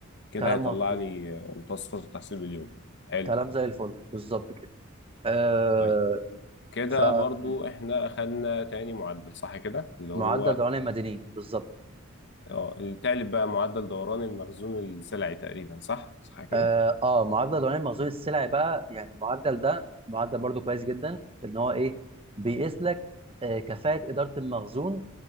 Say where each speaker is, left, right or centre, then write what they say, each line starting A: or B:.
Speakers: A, on the left (about 60°); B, on the right (about 25°).
A: كده
B: كلام
A: هيطلع
B: مظبوط
A: لي متوسط التحصيل باليوم حلو
B: كلام زي الفل بالظبط كده آه
A: طيب كده
B: ف
A: برضو
B: مم.
A: احنا اخدنا تاني معدل صح كده اللي
B: معدل
A: هو
B: دوران المدنيين بالظبط
A: اه التالت بقى معدل دوران المخزون السلعي تقريبا صح صح كده
B: اه آه، معدل دوران مخزون السلع بقى يعني المعدل ده معدل برضو كويس جدا في ان هو ايه بيقيس لك آه كفاءة إدارة المخزون